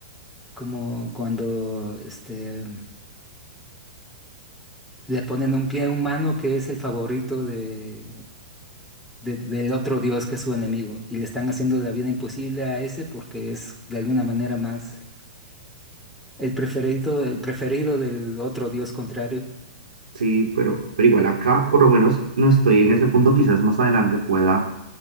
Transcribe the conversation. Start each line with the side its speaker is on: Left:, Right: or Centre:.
Centre: como cuando este, le ponen un pie a un humano que es el favorito de, de- del otro dios que es su enemigo, y le están haciendo la vida imposible a ese porque es de alguna manera más el preferido, el preferido del otro dios contrario.
Right: Sí, pero, pero igual acá, por lo menos, no estoy en ese punto. Quizás más adelante pueda,